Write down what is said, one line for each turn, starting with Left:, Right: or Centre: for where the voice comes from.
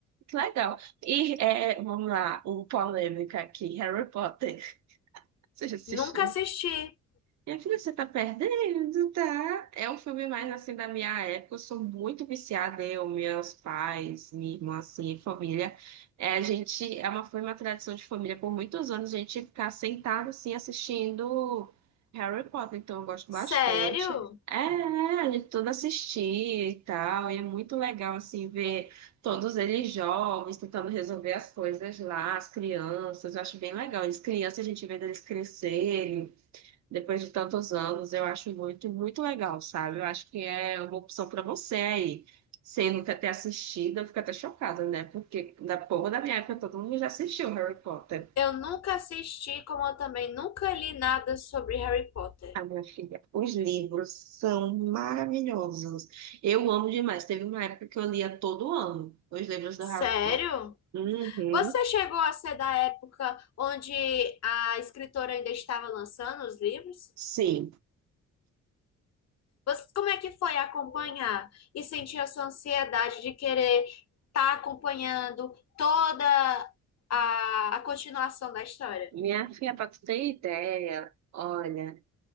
Right: Que legal. E é, vamos lá, o polêmica aqui, Harry Potter. <laughs> Você já assistiu?
Left: Nunca assisti.
Right: Minha filha, você tá perdendo, tá? É um filme mais assim da minha época. Eu sou muito viciada, eu, meus pais, minha irmã, assim, família. É, a gente, é uma, foi uma tradição de família por muitos anos, a gente ficar sentado assim assistindo Harry Potter, então eu gosto
Left: Sério?
Right: bastante. É, é, a gente tudo assistir e tal, e é muito legal assim ver todos eles jovens tentando resolver as coisas lá, as crianças, eu acho bem legal. As crianças, a gente vê eles crescerem depois de tantos anos, eu acho muito, muito legal, sabe? Eu acho que é uma opção para você aí. Sem nunca ter assistido, eu fico até chocada, né? Porque da povo da minha época todo mundo já assistiu Harry Potter.
Left: Eu nunca assisti, como eu também nunca li nada sobre Harry Potter.
Right: A minha filha, os livros são maravilhosos. Eu amo demais. Teve uma época que eu lia todo ano os livros do
Left: Sério?
Right: Harry Potter. Uhum,
Left: Você chegou a ser da época onde a escritora ainda estava lançando os livros?
Right: sim.
Left: Você, como é que foi acompanhar e sentir essa ansiedade de querer estar acompanhando toda a, a continuação da história?
Right: Minha filha, para tu ter ideia, olha.